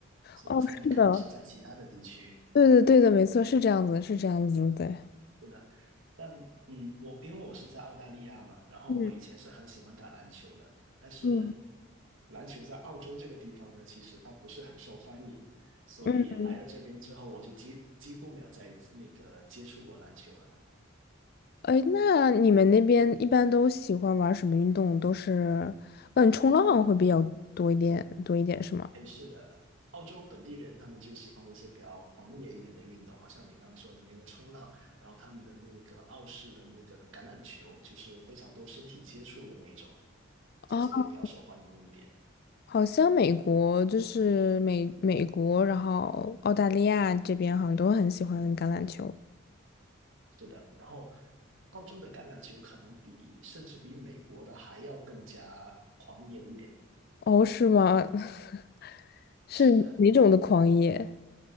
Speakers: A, on the right (about 70°); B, on the left (about 50°).
A: 所以我猜你可能是在其他的地区。
B: 哦，是的，对的，对的，没错，是这样子，是这样子，对。
A: 是的，但嗯，我因为我是在澳大利亚嘛，然后我以前是很喜欢打篮球的，
B: 嗯
A: 但是
B: 嗯
A: 篮球在澳洲这个地方呢，其实它不是很受欢迎，所以来了这边之后，
B: 嗯，
A: 我就几几乎没有再那个接触过篮球了。
B: 哎，那你们那边一般都喜欢玩什么运动？都是，嗯，冲浪会比较多一点，多一点是吗？
A: 哎，是的，澳洲本地人他们就喜欢一些比较狂野一点的运动啊，像你刚刚说的那个冲浪，然后他们的那个澳式的那个橄榄球，就是非常多身体接触的那种，在这边比较受欢迎一点。
B: 哦，好像美国就是美美国，然后澳大利亚这边好像都很喜欢橄榄球。
A: 是的，然后澳洲的橄榄球可能比甚至比美国的还要更加狂野一点。
B: 哦，是吗？<laughs> 是哪种的狂野？
A: 是的，